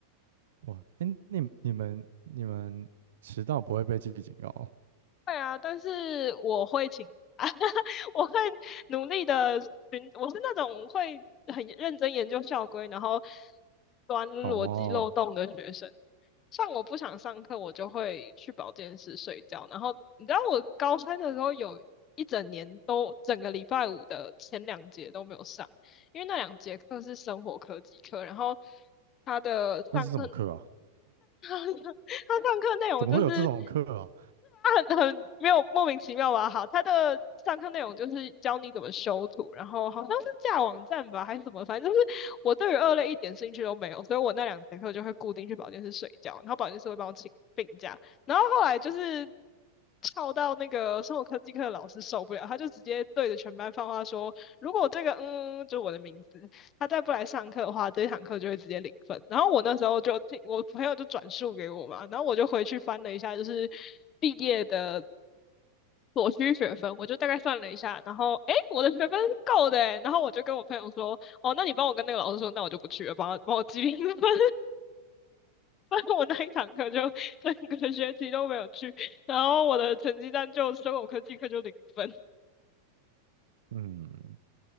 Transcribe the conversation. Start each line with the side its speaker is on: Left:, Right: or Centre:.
Right: 哇，哎、你你们你们迟到不会被记警告
Left: 对啊，但是我会请假，<laughs> 我会努力的寻，我是那种会很认真研究校规，然后钻逻辑漏洞的学生。
Right: 哦？哦
Left: 像我不想上课，我就会去保健室睡觉。然后你知道，我高三的时候有一整年都整个礼拜五的前两节都没有上，因为那两节课是生活科技课，然后他的上课
Right: 那是什么课啊？
Left: 上课他上课内容就是，
Right: 怎么会有这种课啊？
Left: 是吧？很很没有莫名其妙吧？好，他的上课内容就是教你怎么修图，然后好像是架网站吧，还是什么，反正就是我对于二类一点兴趣都没有，所以我那两节课就会固定去保健室睡觉，然后保健室会帮我请病假，然后后来就是。翘到那个生活科技课的老师受不了，他就直接对着全班放话说：“如果这个嗯，就我的名字，他再不来上课的话，这一堂课就会直接零分。然后我那时候就听我朋友就转述给我嘛，然后我就回去翻了一下，就是毕业的所需学分，我就大概算了一下，然后哎，我的学分是够的诶，然后我就跟我朋友说，哦，那你帮我跟那个老师说，那我就不去了，帮我帮我记零分，所以 <laughs> 我那一堂课就整个学期都没有去，然后我的成绩单就生物科技课就零分。
Right: 嗯，